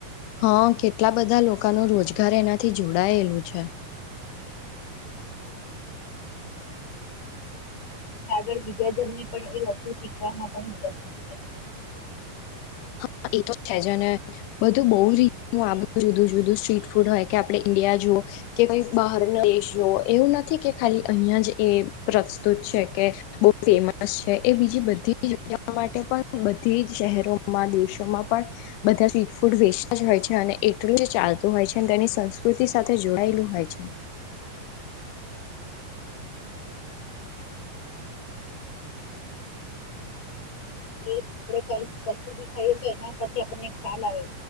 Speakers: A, on the left; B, on the left.
A: હા કેટલા બધા લોકોનો રોજગાર એનાથી જોડાયેલું છે.
B: આગળ બીજા જન્મે પણ એ વસ્તુ શીખવામાં પણ મદદરૂપ થાય છે.
A: હા એ તો છે જ અને બધું બહુ રીતું આ બધું જુદું જુદું સ્ટ્રીટ ફૂડ હોય કે આપણે ઈન્ડિયા જુઓ કેઈ બહાર ના દેશ જુઓ એવું નથી કે ખાલી અહિયાં જ એ પ્રસ્તુત છે કે બવ ફેમસ છે એ બીજી બધી જ માટે પણ બધી જ શહેરો માં દેશોમાં પણ બધા સ્ટ્રીટ ફૂડ વેચતા જ હોય છે અને એટલું જ ચાલતું હોય છે અને તેની સંસ્કૃતિ સાથે જોડાયેલું હોય છે.
B: એ આપણે કઈ કશું બી ખાઈએ તો એના પરથી આપણને ખ્યાલ આવે